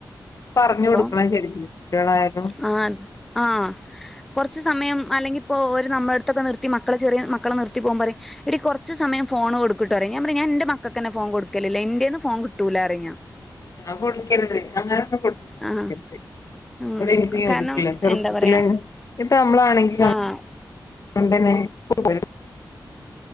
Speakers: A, on the left; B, in the centre.
A: പറഞ്ഞു
B: അപ്പം
A: കൊടുക്കണം ശരിക്ക് കുട്ടികളായാലും
B: <unintelligible> ആഹ് കൊറച്ച് സമയം അല്ലെങ്കിൽ ഇപ്പോ ഓരെ നമ്മളെ അട്ത്തൊക്കെ നിർത്തി മക്കളെ ചെറിയ മക്കളെ നിർ ത്തി പോവാൻ പറിയും എടി കൊറ്ച്ച് സമയം ഫോൺ കൊടുക്ക് ട്ടോ പറിയും ഞാൻ പറിയും ഞാൻ ഇന്റെ മക്കക്കന്നെ ഫോൺ കൊടുക്കലില്ല ഇന്റേന്ന് ഫോൺ കിട്ടൂലാ പറിയും ഞാൻ
A: ആഹ് കൊടുക്കരുത് അങ്ങനെ ഒന്നും കൊട്ത്ത് ശിലാക്കര്ത്
B: ആഹ് ഉം
A: ഇവടെ എനിക്കും യോജിപ്പില്ല
B: കാരണം
A: ചെറുപ്പത്തിലെ
B: എന്താ പറയാ
A: ഇങ്ങനെ ഇപ്പൊ നമ്മളാണെങ്കിലും
B: ആഹ്
A: <unintelligible>